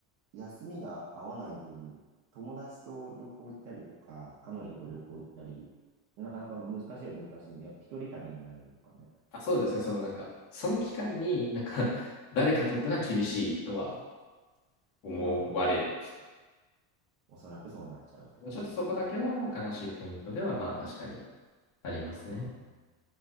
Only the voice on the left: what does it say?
あそうですね、そのなんか、その期間になんか <laughs> 誰かとってのは厳しいとは思われる。
ちょっとそこだけは悲しいポイントではまあ確かにありますね。